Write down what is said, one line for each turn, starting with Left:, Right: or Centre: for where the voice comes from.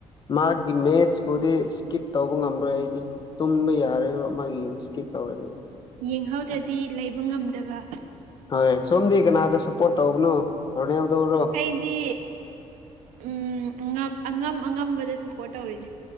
Left: ꯃꯥꯒꯤ ꯃꯦꯠꯁꯄꯨꯗꯤ ꯏꯁꯀꯤꯞ ꯇꯧꯕ ꯉꯝꯂꯣꯏ ꯑꯩꯗꯤ ꯇꯨꯝꯕ ꯌꯥꯔꯣꯏꯕ ꯃꯥꯒꯤ ꯌꯨꯝ ꯏꯁꯀꯤꯞ ꯇꯧꯔꯗꯤ
Right: ꯌꯦꯡꯍꯧꯗ꯭ꯔꯗꯤ ꯂꯩꯕ ꯉꯝꯗꯕ
Left: ꯍꯣꯏ ꯁꯣꯝꯗꯤ ꯀꯅꯥꯗ ꯁꯞꯄꯣꯔꯠ ꯇꯧꯕꯅꯣ ꯔꯣꯅꯦꯜꯗꯣꯔꯣ
Right: ꯑꯩꯗꯤ ꯎꯝ ꯉꯛ ꯑꯉꯝ ꯑꯉꯝꯕꯗ ꯁꯞꯄꯣꯔꯠ ꯇꯧꯔꯤꯅꯦ